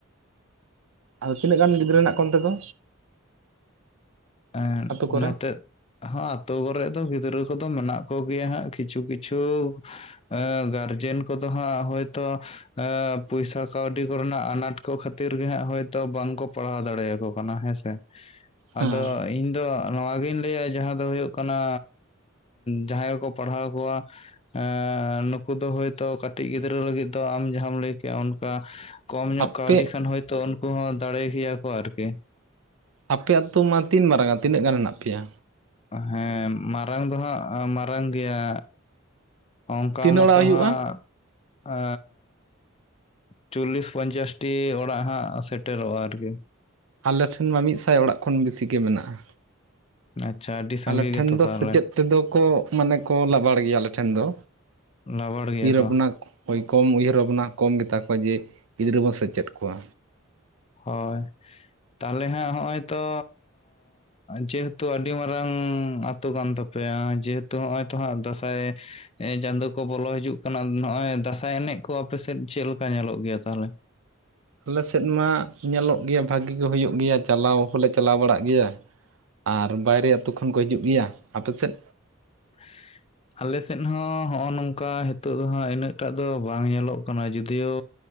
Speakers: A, on the right; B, on the left.
A: ᱟᱫᱚ ᱛᱤᱱᱟᱹᱜ ᱜᱟᱱ ᱜᱤᱫᱽᱨᱟᱹ ᱦᱮᱱᱟᱜ ᱠᱚᱣᱟ ᱚᱱᱛᱮ ᱫᱚ
B: ᱮᱸ
A: ᱟᱛᱳ
B: ᱱᱚᱛᱮ
A: ᱠᱚᱨᱮ
B: ᱦᱚ ᱟᱛᱳ ᱠᱚᱨᱮᱜ ᱫᱚ ᱜᱤᱫᱽᱨᱟᱹ ᱠᱚᱫᱚ ᱢᱮᱱᱟᱜ ᱠᱚᱜᱮᱭᱟ ᱦᱟᱸᱜ ᱠᱤᱪᱷᱩ ᱠᱤᱪᱷᱩ ᱮ ᱜᱟᱨᱡᱮᱱ ᱠᱚᱫᱚ ᱦᱟᱸᱜ ᱦᱳᱭᱛᱳ ᱯᱚᱭᱥᱟ ᱠᱟᱹᱣᱰᱤ ᱠᱚᱨᱮᱱᱟᱜ ᱟᱱᱟᱴ ᱠᱚ ᱠᱷᱟᱹᱛᱤᱨ ᱜᱮ ᱦᱟᱸᱜ ᱦᱳᱭᱛᱳ ᱵᱟᱝᱠᱚ ᱯᱟᱲᱦᱟᱣ ᱫᱟᱲᱮᱭᱟᱠᱚ ᱠᱟᱱᱟ ᱦᱮᱸ ᱥᱮ ᱦᱮ
A: ᱦᱮᱸ
B: ᱟᱫᱚ ᱤᱧ ᱫᱚ ᱱᱚᱣᱟᱜᱤᱧ ᱞᱟᱹᱭᱟ ᱡᱟᱦᱟᱸ ᱫᱚ ᱦᱩᱭᱩᱜ ᱠᱟᱱᱟ ᱡᱟᱦᱟᱸᱭ ᱠᱚᱠᱚ ᱯᱟᱲᱦᱟᱣ ᱠᱚᱣᱟ ᱮᱜ ᱱᱩᱠᱩ ᱫᱚ ᱦᱚᱭᱛᱳ ᱠᱟᱹᱴᱤᱡ ᱜᱤᱫᱽᱨᱟᱹ ᱞᱟᱹᱜᱤᱫ ᱫᱚ ᱟᱢ ᱡᱟᱦᱟᱸᱢ ᱞᱟᱹᱭ ᱠᱮᱜᱼᱟ ᱚᱱᱠᱟ ᱠᱚᱢ ᱧᱚᱜ
A: ᱟᱯᱮ
B: ᱠᱟᱹᱣᱰᱤ ᱠᱷᱟᱱ ᱦᱚᱭᱛᱳ ᱩᱱᱠᱩ ᱦᱚᱸ ᱫᱟᱲᱮ ᱜᱮᱭᱟ ᱠᱚ ᱟᱨᱠᱤ
A: ᱟᱯᱮ ᱟᱛᱳ ᱢᱟ ᱛᱤᱱ ᱢᱟᱨᱟᱝᱟ ᱛᱤᱱᱟᱹᱜ ᱜᱟᱱ ᱢᱮᱱᱟᱜ ᱯᱮᱭᱟ
B: ᱦᱮᱸ ᱢᱟᱨᱟᱝ ᱫᱚ ᱦᱟᱸᱜ ᱢᱟᱨᱟᱝ ᱜᱮᱭᱟ ᱚᱱᱠᱟ
A: ᱛᱤᱱᱟᱹᱜ
B: ᱢᱚᱛᱚ
A: ᱚᱲᱟᱜ ᱦᱩᱭᱩᱜᱼᱟ
B: ᱦᱟᱸᱜ ᱮ ᱪᱚᱞᱞᱤᱥ ᱯᱚᱧᱪᱟᱥᱴᱤ ᱚᱲᱟᱜ ᱦᱟᱸᱜ ᱥᱮᱴᱮᱨᱚᱜᱼᱟ ᱟᱨᱠᱤ
A: ᱟᱞᱮ ᱴᱷᱮᱱ ᱢᱟ ᱢᱤᱫ ᱥᱟᱭ ᱚᱲᱟᱜ ᱠᱷᱚᱱ ᱵᱮᱥᱤ ᱜᱮ ᱢᱮᱱᱟᱜᱼᱟ
B: ᱟᱪᱪᱷᱟ ᱟᱹᱰᱤ ᱥᱟᱸᱜᱮ
A: ᱟᱞᱮ
B: ᱜᱮᱛᱚ
A: ᱴᱷᱮᱱ
B: ᱛᱟᱦᱚᱞᱮ
A: ᱫᱚ ᱥᱮᱪᱮᱫ ᱛᱮᱫᱚ ᱠᱚ ᱢᱟᱱᱮ ᱠᱚ ᱞᱟᱵᱟᱲ ᱜᱮᱭᱟ ᱟᱞᱮ ᱴᱷᱮᱱ ᱫᱚ
B: ᱞᱟᱵᱟᱲ ᱜᱮᱭᱟ
A: ᱩᱭᱦᱟᱹᱨ
B: ᱠᱚ
A: ᱵᱷᱟᱵᱽᱱᱟ ᱦᱳᱭ ᱠᱚᱢ ᱩᱭᱦᱟᱹᱨ ᱵᱷᱟᱵᱱᱟ ᱠᱚᱢ ᱜᱮᱛᱟ ᱠᱚᱣᱟ ᱡᱮ ᱜᱤᱫᱽᱨᱟᱹ ᱵᱚᱱ ᱥᱮᱪᱮᱫ ᱠᱚᱣᱟ
B: ᱦᱳᱭ ᱛᱟᱦᱞᱮ ᱦᱟᱸᱜ ᱦᱚᱜ ᱱᱚᱭ ᱛᱚ ᱡᱮᱦᱮᱛᱩ ᱟᱹᱰᱤ ᱢᱟᱨᱟᱝ ᱟᱛᱳ ᱠᱟᱱ ᱛᱟᱯᱮᱭᱟ ᱡᱮᱦᱮᱛᱩ ᱱᱚᱜᱼᱚᱭ ᱛᱚ ᱦᱟᱸᱜ ᱫᱟᱸᱥᱟᱭ ᱪᱟᱸᱫᱚ ᱠᱚ ᱵᱚᱞᱚ ᱦᱤᱡᱩᱜ ᱠᱟᱱᱟ ᱱᱚᱜᱼᱚᱭ ᱫᱟᱸᱥᱟᱭ ᱮᱱᱮᱡ ᱠᱚ ᱟᱯᱮᱥᱮᱫ ᱪᱮᱫᱞᱮᱠᱟ ᱧᱮᱞᱚᱜ ᱜᱮᱭᱟ ᱛᱟᱦᱞᱮ
A: ᱟᱞᱮᱥᱮᱫ ᱢᱟ ᱧᱮᱞᱚᱜ ᱜᱮᱭᱟ ᱵᱷᱟᱜᱤ ᱜᱮ ᱦᱩᱭᱩᱜ ᱜᱮᱭᱟ ᱪᱟᱞᱟᱣ ᱦᱚᱞᱮ ᱪᱟᱞᱟᱣ ᱵᱟᱲᱟᱜ ᱜᱮᱭᱟ ᱟᱨ ᱵᱟᱭᱨᱮ ᱟᱹᱛᱩ ᱠᱷᱚᱱ ᱠᱚ ᱦᱤᱡᱩᱜ ᱜᱮᱭᱟ ᱟᱯᱮᱥᱮᱫ
B: <unintelligible> ᱟᱞᱮᱥᱮᱫ ᱦᱚᱸ ᱦᱚᱜᱼᱚᱭ ᱱᱚᱝᱠᱟ ᱱᱤᱛᱚᱜ ᱫᱚ ᱦᱟᱜ ᱤᱱᱟᱹᱜᱴᱟᱜ ᱫᱚ ᱵᱟᱝ ᱧᱮᱞᱚᱜ ᱠᱟᱱᱟ ᱡᱩᱫᱤᱭᱳ